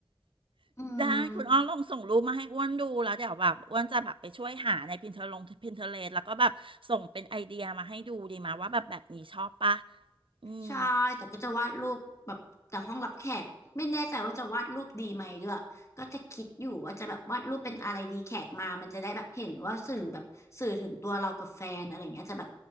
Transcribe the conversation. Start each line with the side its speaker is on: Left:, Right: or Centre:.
Left: อืม
Right: ได้คุณอ้อลองส่งรูปมาให้อ้วนดูแล้วเดี๋ยวแบบอ้วนจะแบบไปช่วยหาใน Pinterest Pinterest แล้วก็แบบส่งเป็นไอเดียมาให้ดูดีไหมาว่าแบบแบบนี้ชอบปะอืม
Left: ใช่แต่ก็จะวาดรูปแบบแต่ห้องรับแขกไม่แน่ใจว่าจะวาดรูปดีไหมด้วยก็จะคิดอยู่ว่าจะแบบวาดรูปเป็นอะไรดีแขกมามันจะได้แบบเห็นว่าสื่อแบบสื่อถึงตัวเรากับแฟนอะไรอย่างเงี้ยจะแบบ